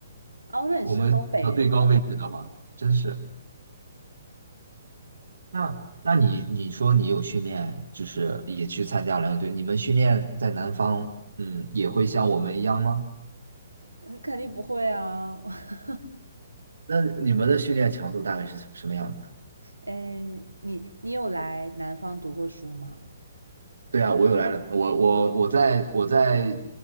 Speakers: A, on the right (about 80°); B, on the right (about 65°).
A: 哦，那你是东北人呐？
B: 我们到最高位置的话，真是。那那你你说你有训练，就是也去参加篮球队，你们训练在南方，嗯，也会像我们一样吗？
A: 嗯肯定不会啊，<laughs>
B: 那你们的训练强度大概是什什么样子的？
A: 哎，你你有来南方读过书吗？
B: 对啊，我有来了，我我我在我在